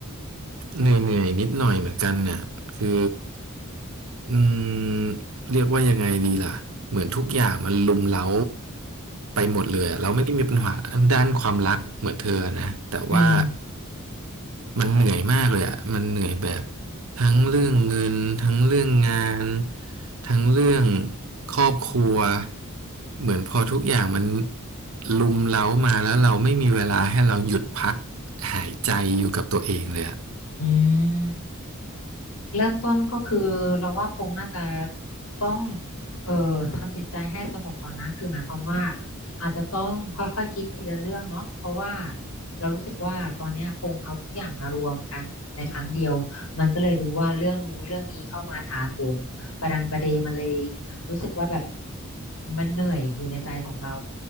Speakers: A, on the right; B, on the left.
A: เหนื่อยๆนิดหน่อยเหมือนกันน่ะคือ อืมเรียกว่ายังไงดีล่ะเหมือนทุกอย่างมันรุมเร้าไปหมดเลยอะเราไม่ได้มีปัญหาด้านความรักเหมือนเธอนะแต่ว่า
B: อืม
A: มันเหนื่อยมากเลยอ่ะมันเหนื่อยแบบทั้งเรื่องเงินทั้งเรื่องงานทั้งเรื่องครอบครัวเหมือนพอทุกอย่างมันรุมเร้ามาแล้วเราไม่มีเวลาให้เราหยุดพักหายใจอยู่กับตัวเองเลยอ่ะ
B: อืม เริ่มต้นก็คือเราว่าปงน่าจะต้องเอ่อทำจิตใจให้สงบก่อนนะคือหมายความว่าอาจจะต้องค่อยๆคคิดทีละเรื่องเนาะเพราะว่าเรารู้สึกว่าตอนเนี้ยพงเอาทุกอย่างมารวมกันในครั้งเดียวมันก็เลยดูว่าเรื่องนู้นเรื่องนี้เข้ามาถาโถมประดังประเดมาเลยรู้สึกว่าแบบมันเหนื่อยอยู่ในใจของเรา